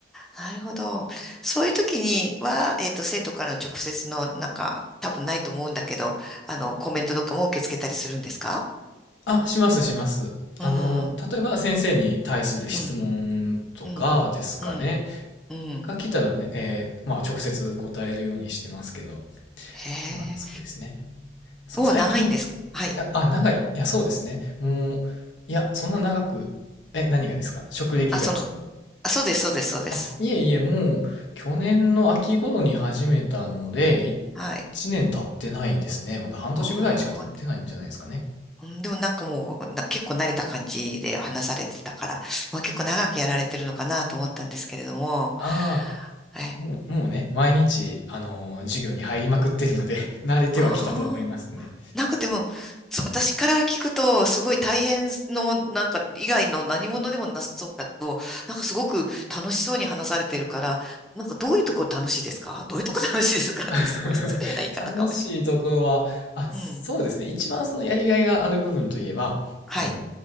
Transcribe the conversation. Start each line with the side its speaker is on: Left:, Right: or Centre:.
Centre: あ、なるほど。そういう時には、えっと、生徒からの直接の、なんか、多分ないと思うんだけど、あの、コメントとかも受け付けたりするんですか
Left: あ、します、します。
Centre: うん、
Left: あの、例えば先生に対する質問とかですかね。
Centre: うん、うん、うん、うん。
Left: が来たらね、えーまあ、直接答えるようにしてますけど、
Centre: へえ。
Left: まあ、そうですね。そう、
Centre: お、
Left: 最近、
Centre: 長いんです。
Left: い
Centre: はい。
Left: や、あ、長い。いや、そうですね。もう、いや、そんな長く、え、何がですか職歴がですか
Centre: あ、その、あ、そうです、そうです、そうです。
Left: あ、いえいえ、もう、去年の秋頃に始めたので、1年経ってないですね。
Centre: はい。
Left: まだ半年ぐらいしか経ってないんじゃないですかね。
Centre: おー、うんでもなんかもう、な結構慣れた感じで話されてたから、まあ、結構長くやられてるのかなと思ったんですけれども、
Left: ああ、
Centre: え、
Left: もう、もうね、毎日、あのー授業に入りまくってるので <laughs> 慣れてはきたと思いますね。
Centre: ああ、なんかでも、そう私から聞くと、すごい大変の、なんか以外の何者でもなさそうだけど、なんかすごく楽しそうに話されてるから、なんかどういうとこ楽しいですかどういうとこ楽しいですかってすごい失礼な言い方かもしれ
Left: <laughs> 楽しいところは、あ、
Centre: ない。
Left: そうですね。
Centre: うん。
Left: 一番そのやりがいがある部分といえば、
Centre: はい。
Left: あの、